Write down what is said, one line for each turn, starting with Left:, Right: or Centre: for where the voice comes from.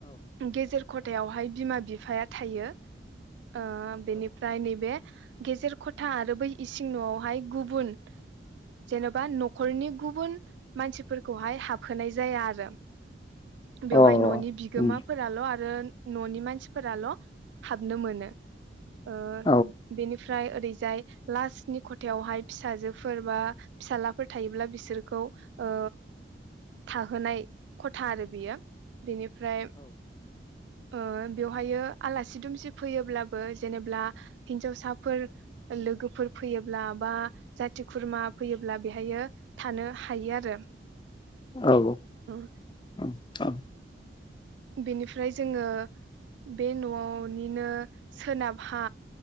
Right: गेजेर ख'थायावहाय बिमा-बिफाया थायो ओ बेनिफ्राय नैबे गेजेर खथा आरो बै इसिं नआवहाय गुबुन जेनबा नखरनि गुबुन मानसिफोरखौहाय हाबहोनाय जाया आरो बेवहाय
Left: औ अ
Right: ननि बिगोमाफोराल
Left: उम
Right: आरो न'नि मानसिफोराल हाबनो मोनो। ओ
Left: औ
Right: बेनि फ्राय ओरैजाय लासनि खथायावहाय फिसाजोफोर बा फिसालाफोर थायोब्ला बिसोरखौ ओ थाहोनाय खथा आरो बियो। बेनिफ्राय ओ बेवहायो आलासि-दुमसि फैयोब्लाबो जेनेब्ला हिनजावसाफोर लोगोफोर फैयोब्ला बा जाथि-खुरमा फैयोब्ला बेहायो थानो हायो आरो
Left: औ
Right: ओ
Left: औ औ
Right: बेनिफ्राय जोंङो बे न'वावनिनो सोनाबहा